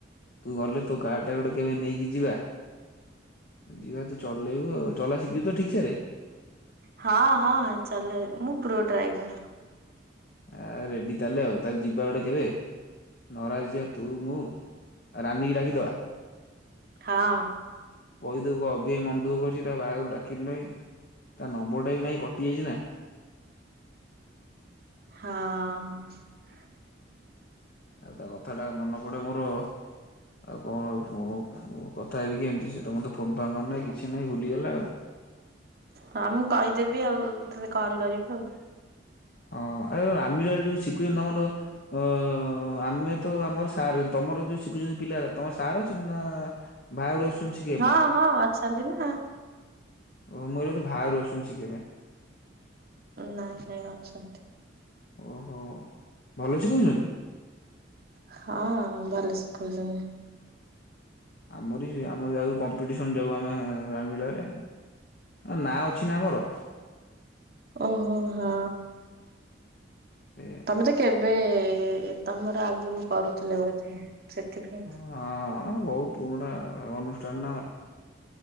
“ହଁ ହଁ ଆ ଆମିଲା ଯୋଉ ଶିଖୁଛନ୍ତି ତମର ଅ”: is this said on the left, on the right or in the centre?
Left